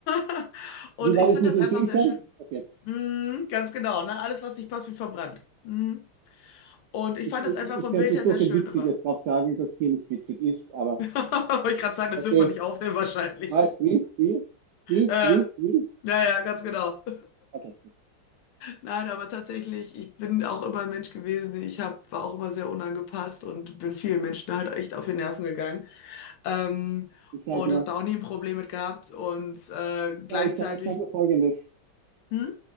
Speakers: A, on the left; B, on the right.
A: <laughs> Und
B: Wie war
A: ich
B: das
A: finde
B: mit
A: das
B: den
A: einfach
B: Büchern?
A: sehr schön.
B: Okay.
A: Mhm, ganz genau, ne? Alles, was nicht passt, wird verbrannt. Mhm. Und ich
B: Ich,
A: fand
B: ich,
A: das einfach
B: ich
A: vom
B: könnte
A: Bild
B: jetzt
A: her
B: so
A: sehr
B: viel
A: schön
B: Witziges
A: immer.
B: drauf sagen, dass hier nicht witzig ist, aber
A: <laughs> Wollte ich gerade sagen, das
B: okay,
A: dürfen wir nicht aufnehmen wahrscheinlich.
B: was, wie, wie, wie,
A: Äh,
B: wie, wie?
A: naja, ganz genau.
B: Okay.
A: Nein, aber tatsächlich, ich bin auch immer ein Mensch gewesen. Ich hab, war auch immer sehr unangepasst und bin vielen Menschen halt echt auf die Nerven gegangen. Ähm,
B: Ich sage
A: und
B: nur,
A: habe da auch nie ein Problem mit gehabt. Und äh, gleichzeitig,
B: ja, ich sage ich sag nur Folgendes.
A: hm?